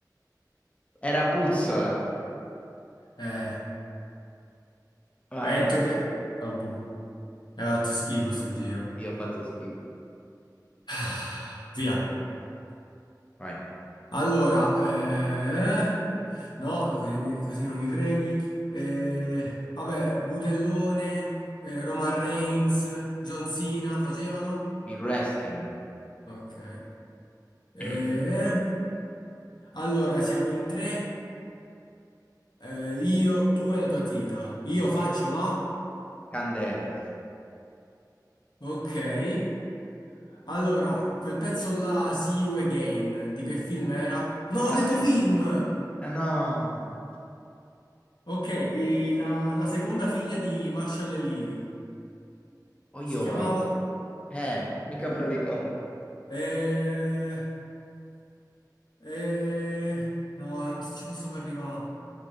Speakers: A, on the left (about 15°); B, on the left (about 80°).
A: Era puzzola.
B: Eh,
A: Vai,
B: hai
A: vai.
B: detto che... Ah, boh. Hai fatto schifo sto giro.
A: Io ho fatto schifo.
B: <sighs> Ah, Via.
A: Vai.
B: Allora, eh... No, così, mi- così non mi freghi. Eh, vabbè, Butellone, eh, Roman Reigns, John Cena facevano?
A: Il wrestling.
B: Ok. Eh,
A: <clears throat>
B: allora, siamo in tre. Eh, io, tu e la tua tita. Io faccio la...
A: Candela.
B: Ok. Allora, quel pezzo là, See You Again, di che film era? No, ho
A: Passo
B: detto
A: in...
B: film!
A: Ah, No.
B: Ok, e la, la seconda figlia di Marshall e Lily,
A: Oi,
B: si
A: oi.
B: chiamava?
A: Eh, mica me lo ricordo.
B: Eh... Eh... No, non ci posso far arrivare.